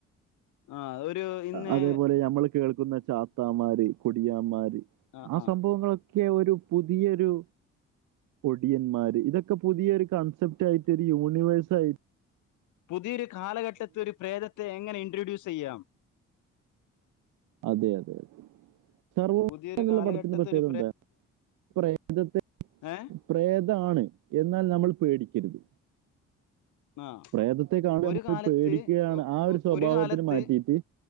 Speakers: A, on the left; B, on the right.
A: ആ ഒരു ഇന്ന്
B: അതേപോലെ ഞമ്മൾ കേൾക്കുന്ന ചാത്താമാര്, കൊടിയാമാര്
A: ആഹ്,
B: ആ
A: ആഹ്.
B: സംഭവങ്ങൊളൊ ക്കെ ഒരു പുതിയൊരു ഒടിയന്മാര് ഇതൊക്കെ പുതിയൊരു കൺസെപ്റ്റ് ആയിറ്റ് ഒരു യൂണിവേഴ്സ് ആയി
A: പുതിയൊരു കാലഘട്ടത്ത് ഒരു പ്രേതത്തെ എങ്ങനെ ഇൻട്രഡ്യൂസെയ്യാം?
B: അതെ അതെതെ സർവ
A: പുതിയൊരു
B: എന്നുള്ള
A: കാലഘട്ടത്തെ
B: പടത്തിന്റെ പ്രത്യേകതന്താ
A: ഒരു
B: പ്രേതത്തെ.
A: ഏ
B: പ്രേതാണ് എന്നാൽ നമ്മൾ പേടിക്കരുത്.
A: ആഹ്.
B: പ്രേതത്തെ കാണൽ
A: ഒരു
B: നമ്മൾ
A: കാലത്ത്
B: പേടിക്കുകയാണ്
A: ഒ
B: ആ
A: ഒ
B: ഒരു സ്വഭാവത്തിന്
A: കാലത്ത്
B: മാറ്റിട്ട്.